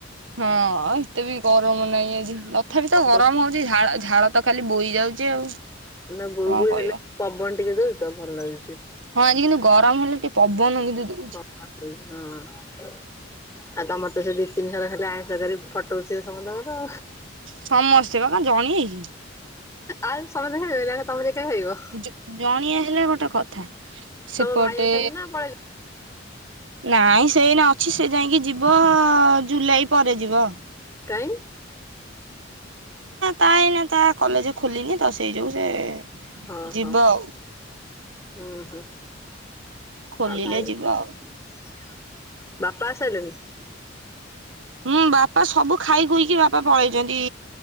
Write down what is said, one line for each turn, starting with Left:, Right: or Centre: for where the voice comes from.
Right: ହଁ ଆଉ ଏତେ ବି ଗରମ ନାଇଁ ଆଜି ତଥାପି
Left: ପବନ
Right: ତ ଗରମ ହ ଉଛି, ଝାଳ ଝାଳ ତ ଖାଲି ବୋହି ଯାଉଛି ଆଉ।
Left: ନା ଗୁଳୁ
Right: କଣ
Left: ଗୁଳି
Right: କହିବ
Left: ହେଲେ ପବନ ଟିକେ ଦଉଛି ତ ଭଲ ଲାଗୁଚି ଟିକେ।
Right: ହଁ ଆଜି କିନ୍ତୁ ଗରମ ହେଲେ ଟି ପବନ କିନ୍ତୁ ଦ
Left: <unintelligible> ହ ହଁ ଆଉ ତମର ତ ସେ ଦି ତିନିଶର ଖାଲି ଆଇଁଷ କରି ଫଟଉଥିବେ ସମସ୍ତଙ୍କର
Right: ସମସ୍ତେ ପା କ ଜଣିଏକି।
Left: ଆଉ ସମସ୍ତେ ଖାଇ <unintelligible> ତମରି ଏକା ଖାଇବ
Right: ଜ ଜଣିଏ ହେଲେ ଗୋଟେ କଥା ସେପଟେ
Left: ତମ ଭାଇ ଅଛନ୍ତି ନା ପଳେଇ
Right: ନାଇଁ ସେଇନା ଅଛି ସେ ଯାଇଁକି ଯିବ ଜୁଲାଇ ପରେ ଯିବ।
Left: କାଇଁ?
Right: ତାଇନା ତା କଲେଜ ଖୁଲିନି ତ ସେଇ ଯୋଗୁ ସେ
Left: ହଁ
Right: ଯିବ
Left: ହଁ
Right: ଆଉ।
Left: ହୁଁ ହୁଁ।
Right: ଖୋଲିଲେ
Left: ହଁ ଭାଇ
Right: ଯିବ
Left: ବାପା
Right: ଆଉ।
Left: ଆସସାଇଲେଣି।
Right: ହୁଁ ବାପା ସବୁ ଖାଇକଖୁଇକି ବାପା ପଳେଇଛନ୍ତି